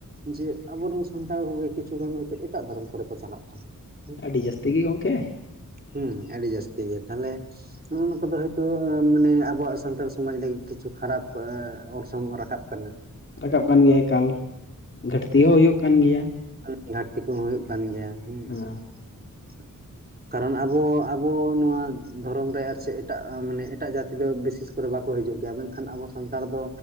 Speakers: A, on the right; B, on the left.
A: ᱡᱮ, ᱟᱵᱚᱨᱥᱱ ᱥᱟᱱᱛᱟᱲ ᱠᱚᱜᱮ ᱠᱤᱪᱷᱩ ᱜᱟᱱ ᱦᱚᱭᱛᱚ ᱮᱴᱟᱜ ᱫᱷᱚᱨᱚᱢ ᱠᱚᱨᱮ ᱠᱚ ᱪᱟᱞᱟᱜ ᱠᱟᱱᱟ ᱾
B: ᱟᱰᱤ ᱡᱟᱹᱥᱛᱤ ᱜᱮ ᱜᱚᱝᱠᱮ ᱾
A: ᱦᱩᱸ ᱟᱰᱤ ᱡᱟᱥᱛᱤ ᱜᱮ ᱛᱟᱦᱚᱞᱮ ᱱᱚᱜ-ᱚ ᱱᱚᱝᱠᱟ‌ ᱫᱚ ᱦᱩᱭ ᱛᱚ ᱢᱟᱱᱮ ᱟᱵᱚᱣᱟᱜ ᱥᱟᱱᱛᱟᱲ ᱥᱚᱢᱟᱡᱽ ᱞᱟᱹᱜᱤᱫ ᱠᱤᱪᱷᱩ ᱠᱷᱟᱨᱟᱯ ᱚᱨᱥᱚᱝ ᱦᱚᱸ ᱨᱟᱠᱟᱵ ᱠᱟᱱᱟ ᱾
B: ᱨᱟᱠᱟᱵ ᱠᱟᱱ ᱜᱮᱭᱟ ᱮᱠᱟᱞ, ᱜᱷᱟᱹᱴᱛᱤ ᱦᱚᱸ ᱦᱩᱭᱩᱜ ᱠᱟᱱ ᱜᱮᱭᱟ ᱾
A: <unintelligible> ᱜᱷᱟᱹᱴᱛᱤ ᱠᱚᱦᱚᱸ ᱦᱩᱭᱩᱜ ᱠᱟᱱ ᱜᱮᱭᱟ ᱦᱩᱸ
B: ᱦᱮᱸ
A: ᱾ ᱠᱟᱨᱚᱱ ᱟᱵᱚ ᱟᱵᱚ ᱱᱚᱣᱟ ᱫᱷᱚᱨᱚᱢ ᱨᱮ ᱟᱨ ᱪᱮᱜ ᱮᱴᱟᱜ ᱢᱟᱱᱮ ᱮᱴᱟᱜ ᱡᱟᱹᱛᱤ ᱫᱚ ᱵᱤᱥᱮᱥ ᱠᱚᱨᱮ ᱵᱟ ᱠᱚ ᱦᱤᱡᱩᱜ ᱜᱮᱭᱟ, ᱢᱮᱱᱠᱷᱟᱱ ᱟᱵᱚ ᱥᱟᱱᱛᱟᱲ ᱫᱚ